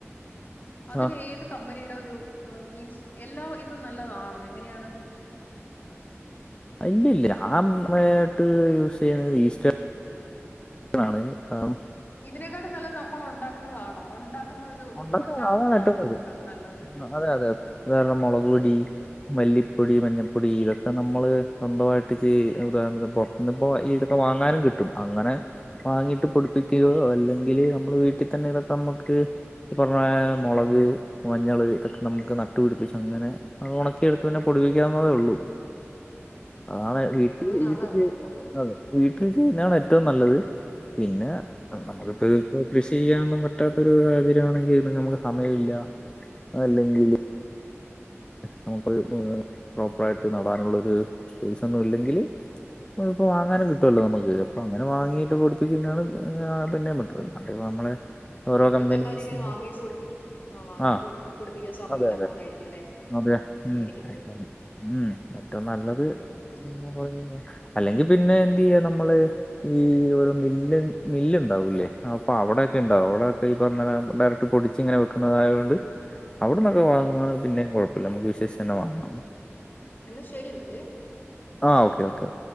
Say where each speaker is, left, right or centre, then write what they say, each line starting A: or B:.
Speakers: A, on the left; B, on the left.
A: അതിലേത്
B: ആ
A: കമ്പനിയുടെ ഒരു മീൻസ് എല്ലാ ഇതും നല്ലതാണോ എങ്ങനെയാണ്
B: ഇല്ലല്ല ആ <unintelligible> ട്ട് യൂസ് ചെയ്യുന്നത് ഈസ്റ്റേൺ ആണ് മ്
A: ഇതിനെക്കാട്ടും നല്ലത് നമ്മള് ഉണ്ടാക്കുന്നതാണോ ഉണ്ടാക്കുന്ന ഒരു
B: ഉണ്ടാക്കുന്ന
A: ഉണ്ടാക്കുന്നതാണോ
B: അതാണ് ഏറ്റവും
A: നമുക്ക്
B: നല്ലത്
A: നല്ലത്
B: അതെ അതെ അതായത് മൊളക്
A: ഓക്കെ
B: പൊടി, മല്ലിപ്പൊടി, മഞ്ഞപ്പൊടി ഇതൊക്കെ നമ്മള് സ്വന്തമായിട്ട് ചെയ്യുന്നതാണ് സംഭവം ഇന്നിപ്പോ ഇതൊക്കെ വാങ്ങാനും കിട്ടും അങ്ങനെ വാങ്ങിട്ട് പൊടിപ്പിക്കുകയോ അല്ലെങ്കില് നമ്മള് വീട്ടി തന്നെ ഇതൊക്കെ നമ്മുക്ക് ഈ പറഞ്ഞ മൊളക് മഞ്ഞള് ഇതൊക്കെ നമുക്ക് നട്ടു പിടിപ്പിച്ച അങ്ങനെ അത് ഒണക്കിയെടുത്തൊന്ന് പൊടിപ്പിക്കണംന്നേ ഉള്ളൂ. ആണ്
A: ഉം
B: വീട്ടിൽ
A: അപ്പൊ പിന്നെ
B: വീട്ടി
A: അതല്ലേ നല്ലത്
B: അതെ വീട്ടിൽ ചെയ്യുന്നതാണ് ഏറ്റവും നല്ലത് പിന്നെ നമുക്കിപ്പോ
A: ഉം
B: ഇപ്പൊ കൃഷി ചെയ്യാനൊന്നും പറ്റാത്ത ഒരു <unintelligible> സമയമല്ല അല്ലെങ്കില് നമുക്ക് പ്രോപ്പറായിട്ട് നടാനുള്ളൊരു സ്പേസൊന്നും ഇല്ലെങ്കിൽ ഇപ്പോൾ വാങ്ങാനും കിട്ടുമല്ലോ നമുക്ക് അപ്പോൾ അങ്ങനെ വാങ്ങിയിട്ട് പൊടിപ്പിക്കുന്നതാണ് പിന്നെയും ബെറ്റർ അത് നമ്മളെ ഓരോ
A: ഇപ്പഴത്തെ
B: കമ്പനീസിൻ്റെ
A: എല്ലാരും ഇങ്ങനെ വാങ്ങീച് പൊടിപ്പി ആഹ് വാങ്ങീത്
B: ആ
A: പൊടിപ്പിക്കാൻ സമയമല്ലാത്തത്
B: അതെ അതെ
A: കൊണ്ടായിരിക്കും അല്ലേ
B: അതെ ഉം
A: മേടിക്കുന്നത്
B: ഉം ഏറ്റവും നല്ലത്
A: ഉം
B: പറ അല്ലെങ്കിൽ പിന്നെ എന്ത് ചെയ്യ നമ്മള് ഈ ഒരു മില്ല് മില്ല് ഉണ്ടാവൂലേ അപ്പൊ അവിടൊക്കെ ഉണ്ടാവും അവിടൊക്കെ ഈ പറഞ്ഞ ഡയക്ട് ട്ട് പൊടിച്ച് ഇങ്ങനെ വെക്കുന്നതായത് കൊണ്ട് അവിടന്നൊക്കെ വാങ്ങ
A: ഉം
B: പിന്നേ കുഴപ്പമില്ല നമുക്ക് വിശ്വസിച്ചന്നെ വാങ്ങാം
A: എന്നാ ശരി എന്നാല്
B: ആഹ് ഓക്കെ ഓക്കെ